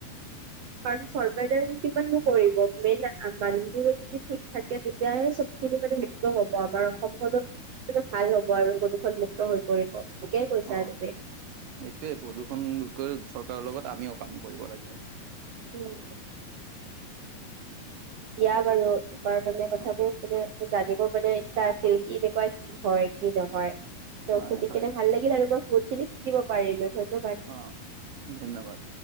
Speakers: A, on the right; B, on the right.
A: কাৰণ চৰকাৰে কিমান বোৰ কৰিব। মেইন মানুহবোৰে যদি ঠিক থাকে তেতিয়াহে চ খিনি মানে মুক্ত হব। আমাৰ অসমখনো মানে ভাল হব আৰু প্ৰদূষন মুক্ত হৈ পৰিব। ঠিকেই কৈছা
B: অহ,
A: তুমি
B: সেইটোয়ে প্ৰদূষণক। চৰকাৰৰ লগত আমিও কাম কৰিব লাগিব।
A: উম। দিয়া বাৰু তোমাৰ মানে কথাবোৰ
B: অ
A: মানে। জানিবৰ মানে ইচ্ছা আছিল। কি এনেকুৱা কি হয় কি নহয়। ত
B: হয়
A: শুনি
B: হয়
A: কেনে ভাল লাগিল আৰু মই বহুত খিনি শিকিব পাৰিলো। ধন্যবাদ
B: অহ, ধন্যবাদ।